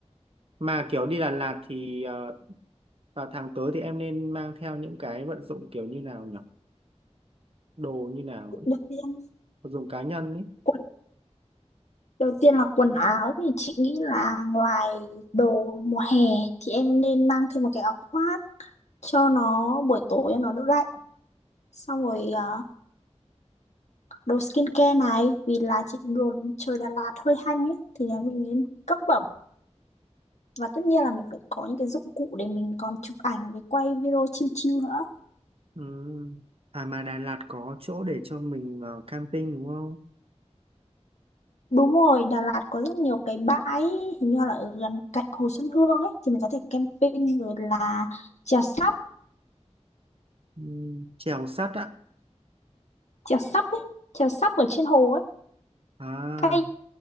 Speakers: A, on the right; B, on the left.
A: mà kiểu đi Đà Lạt thì ờ, vào tháng tới thì em nên mang theo những cái vận dụng kiểu như nào nhỉ đồ như nào ấy
B: Đầu tiên,
A: vật dụng cá nhân ấy
B: quần- đầu tiên là quần áo thì chị nghĩ là ngoài đồ mùa hè thì em nên mang thêm một cái áo khoác cho nó buổi tối cho nó đỡ lạnh. Xong rồi à, đồ skincare này vì là chị đồ trời Đà Lạt hơi hanh ấy thì là mình nên cấp bẩm và tất nhiên là mình phải có những cái dụng cụ để mình còn chụp ảnh với quay video chill chill nữa
A: ừ. à mà Đà Lạt có chỗ để cho mình ờ, camping đúng không
B: đúng rồi Đà Lạt có rất nhiều cái bãi hình như là ở gần cạnh Hồ Xuân Hương ấy thì mình có thể camping rồi là chèo sắp
A: ừ. chèo sắt á
B: chèo sắp ấy chèo sắp ở trên hồ ấy
A: À,
B: cây